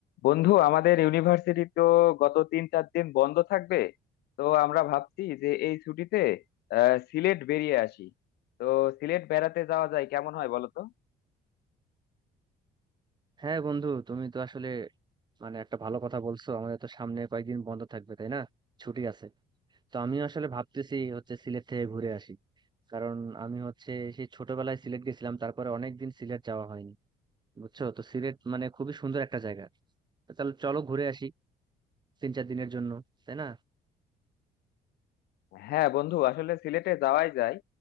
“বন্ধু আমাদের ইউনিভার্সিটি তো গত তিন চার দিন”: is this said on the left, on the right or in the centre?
Left